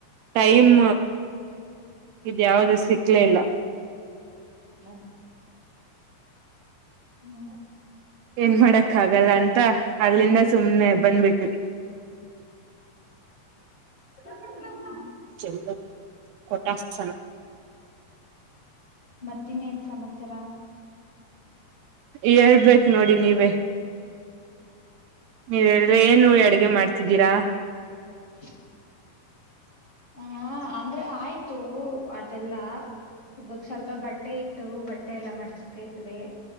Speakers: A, on the right; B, on the left.
A: ಟೈಮ್ ಇದ ಯಾವ್ದ ಸಿಕ್ಲೇ ಇಲ್ಲ
B: ಹ ಹ್ಮ
A: ಏನ್ ಮಾಡಕ್ ಆಗಲ್ಲ ಅಂತ ಅಲ್ಲಿಂದ ಸುಮ್ನೆ
B: ಹ್ಮ್
A: ಬಂದಬಿಟ್ವಿ
B: ಹ
A: ಚೆಲ್ಲದ್ದು ಕೊಟಾಸನ
B: ಮತ್ತಿನ್ನೇನ್ ಸಮಾಚಾರ
A: ಹೇಳ್ಬೇಕು ನೋಡಿ ನೀವೇ ನೀವ ಹೇಳಿದ್ರೆ ಏನ್ ಅಡ. ಮಾಡ್ತಿದ್ದೀರಾ.
B: <inaudible> ಹಾ ಅಂದ್ರೆ ಆಯ್ತು ಅದೆಲ್ಲಾ ಇವಾಗ ಸ್ವಲ್ಪ ಬಟ್ಟೆ ಇತ್ತು ಬಟ್ಟೆ ಎಲ್ಲಾ ಮಾಡಡ್ಸ್ತಿದ್ವಿ.